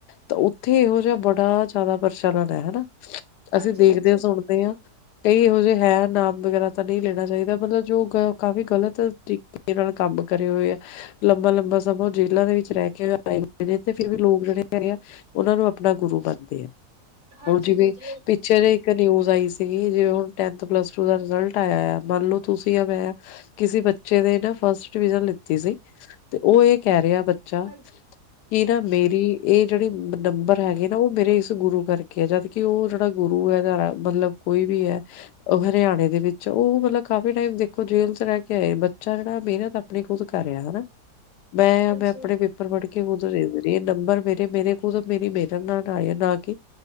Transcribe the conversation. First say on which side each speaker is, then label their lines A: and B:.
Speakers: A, on the left; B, on the right.
A: ਤਾਂ ਉੱਥੇ ਏਹੋ ਜਾ ਬੜਾ ਜਾਦਾ ਪ੍ਰਚਲਨ ਐ ਹਨਾ?
B: ਹਾਂਜੀ
A: ਅਸੀਂ ਦੇਖਦੇ,
B: ਹਾਂਜੀ।
A: ਸੁਣਦੇ ਆ ਕਈ ਏਹੋ ਜੇ ਹੈ ਨਾਮ ਵਗੈਰਾ ਤਾਂ ਨਈ ਲੈਣਾ ਚਾਈਦਾ ਮਤਲਬ ਕ ਕਾਫੀ ਗ਼ਲਤ ਤਰੀਕੇ ਨਾਲ ਕੰਮ ਕਰੇ ਹੋਏ ਆ ਲੰਬਾ, ਲੰਬਾ ਸਮਾਂ ਓ ਜੇਲਾਂ ਦੇ ਵਿੱਚ ਰੈ ਕੇ ਆਏ ਹੋਏ ਨੇ ਤੇ ਫਿਰ ਵੀ ਲੋਕ ਜੇੜੇ ਹੈਗੇ ਆ ਓਨਾਂ ਨੂੰ ਆਪਣਾ ਗੁਰੂ ਮੰਨਦੇ ਆ
B: ਹਾਂਜੀ
A: ਉਂਜ
B: ਹਾਂਜੀ
A: ਵੀ ਪੀ ਛੇ ਇੱਕ ਨਿਊਜ਼ ਆਈ ਸੀਗੀ ਜਿਵੇਂ ਹੁਣ ਟੈੰਨਥ, ਪਲੱਸ ਟੂ ਦਾ ਰਿਜਲਟ ਆਇਆ ਆ ਮੰਨ ਲੋ ਤੁਸੀਂ ਆ ਮੈਂ ਕਿਸੇ ਬੱਚੇ ਦੇ ਨਾ ਫਸਟ ਡਿਵੀਜ਼ਨ ਲਿੱਤੀ ਸੀ ਤੇ ਔ ਏ ਕੈ ਰਿਆ ਬੱਚਾ
B: ਹਾਂਜੀ
A: ਕੀ ਨਾ ਮੇਰੀ ਏ ਜੇੜੀ ਨੰਬਰ ਹੈਗੇ ਨਾ ਓ ਮੇਰੇ ਇਸ ਗੁਰੂ ਕਰਕੇ ਆ ਜਦ ਕੀ ਓ ਜੇੜਾ ਗੁਰੂ ਐਦਾ ਰ ਮਤਲਬ ਕੋਈ ਵੀ ਐ ਓ ਹਰਿਆਣੇ ਦੇ ਵਿੱਚ ਓ ਮਤਲਬ ਕਾਫ਼ੀ ਟਾਈਮ ਦੇਖੋ ਜੇਲ੍ਹ ਚ ਰੈ ਕੇ ਆਏ ਬੱਚਾ ਜੇੜਾ ਮਿਹਨਤ ਆਪਣੀ ਖੁਦ ਕਰ ਰਿਆ ਹਨਾ। ਮੈਂ
B: ਹਾਂਜੀ।
A: ਆ ਮੈਂ ਆਪਣੇ ਪੇਪ ਪਰ ਵੜ ਕੇ ਉਧਰ <unintelligible> ਨੰਬਰ ਮੇਰੇ-ਮੇਰੇ ਖੁਦ ਮੇਰੀ ਮਿਹਨਤ ਨਾਲ ਆਇਆ ਨਾ ਕੀ